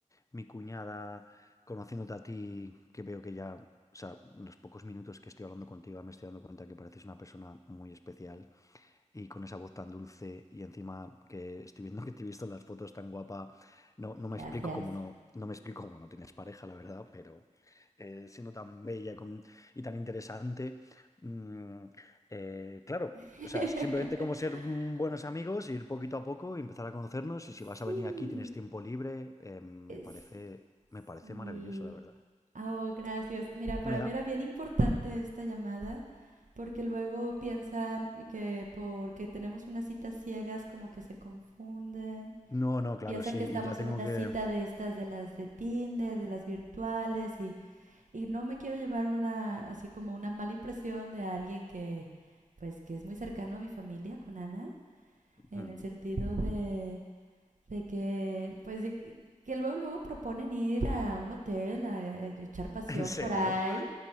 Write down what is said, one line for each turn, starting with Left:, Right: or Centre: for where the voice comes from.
Left: mi cuñada, conociéndote a ti, que veo que ya, o sea, en los pocos minutos que estoy hablando contigo me estoy dando cuenta que pareces una persona muy especial y con esa voz tan dulce y encima que estoy viendo que te he visto en las fotos tan guapa, no, no me
Right: Gracias.
Left: explico cómo no, no me explico cómo no tienes pareja, la verdad, pero eh, siendo tan bella y, con- y tan interesante, mm, eh, claro,
Right: <laughs>
Left: o sea, es simplemente como ser mm, buenos amigos, ir poquito a poco, y empezar a conocernos y si vas
Right: Sí,
Left: a venir aquí, tienes tiempo libre, eh, me
Right: es-
Left: parece, me parece
Right: sí.
Left: maravilloso, la verdad.
Right: Ah, Oh, gracias. Mira, para
Left: Mira,
Right: mí era bien importante esta llamada porque luego piensan que porque tenemos unas citas ciegas como que se confunden.
Left: no, no, claro,
Right: Piensan
Left: sí,
Right: que
Left: y
Right: estamos
Left: ya tengo
Right: en una
Left: que...
Right: cita
Left: <laughs>
Right: de estas, de las de Tinder, de las virtuales y, y no me quiero llevar una, así como una mala impresión de alguien que, pues, que es muy cercano a mi familia con Ana,
Left: Ujú.
Right: en el sentido de... De que, pues, de que que luego, luego proponen ir a un hotel a, a echar pasión
Left: ¿En serio?
Right: por ahí.